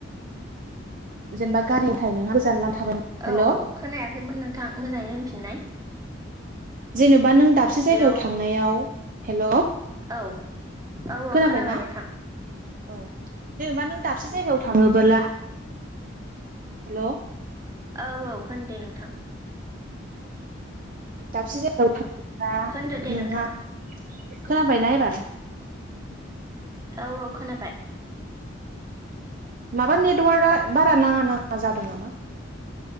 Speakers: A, on the right (about 45°); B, on the right (about 20°).
A: जेनबा गारियाव <unintelligible> गोजान लामा थाबाय हेल'
B: औ औ खोनायाखैमोन नोंथां मोजाङै होनफिननाय
A: जेनेबा नों दाबसे
B: हेलौ
A: जायगायाव थांनायाव हेल'
B: औ औ औ
A: खोनाबायना?
B: खोनाबाय नोंथां
A: औ जेनेबा नों दाबसे जायगायाव थाङोबोला हेल'
B: औ औ होन दे नोंथां
A: दाबसे जायगायाव थां
B: होनदो
A: <unintelligible>
B: दे
A: नोंहा
B: नोंथां
A: खोनाबायना एबार
B: औ औ खोनाबाय <inaudible> <unintelligible>
A: माबा नेटवार्कआ बारा नाङा नाङा जादों नामा